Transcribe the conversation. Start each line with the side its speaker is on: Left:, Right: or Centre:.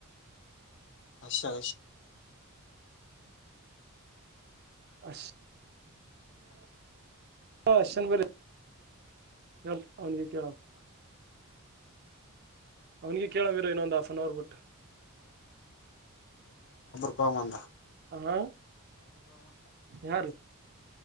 Left: ಅ ಅಷಾ
Right: ಅ ಹಷನ ಬರಿ ಹ ಅವನಿಗೆ ಕೇಳ ಅವನಿಗೆ ಕೇಳ ಮೀರ ಇನ್ನೊಂದ್ ಆಾಫ್ ಅನ್ ಅವರ್ ಬಿಟ್ಟು
Left: <unintelligible> ಬಂದ
Right: ಹಾ ಯಾರೀ